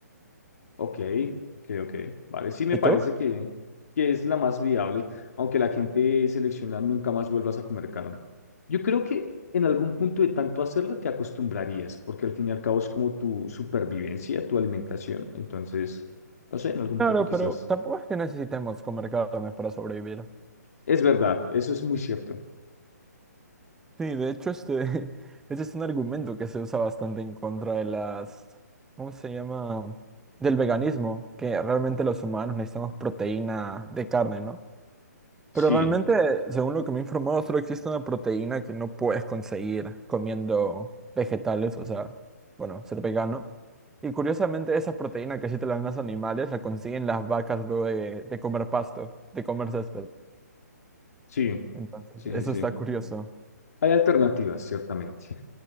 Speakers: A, on the left; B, in the centre.
A: Ok, ok, ok. Vale, sí me
B: ¿Y
A: parece
B: tú?
A: que, que es la más viable, aunque la gente selecciona nunca más vuelvas a comer carne. Yo creo que en algún punto de tanto hacerlo te acostumbrarías, porque al fin y al cabo es como tu supervivencia, tu alimentación. Entonces, no sé, en algún
B: Claro,
A: punto quizás.
B: pero tampoco es que necesitemos comer carne para sobrevivir.
A: Es verdad, eso es muy cierto.
B: Sí, de hecho, este, <laughs> este es un argumento que se usa bastante en contra de las, ¿cómo se llama? Del veganismo, que realmente los humanos necesitamos proteína de carne, ¿no?
A: Sí,
B: Pero realmente, según lo que me he informado, solo existe una proteína que no puedes conseguir comiendo vegetales, o sea, bueno, ser vegano. Y curiosamente, esa proteína que sí te la dan los animales, la consiguen las vacas luego de, de comer pasto, de comer césped.
A: sí,
B: Entonces,
A: sí,
B: eso
A: sí,
B: está
A: sí.
B: Mm. curioso.
A: Hay alternativas, ciertamente.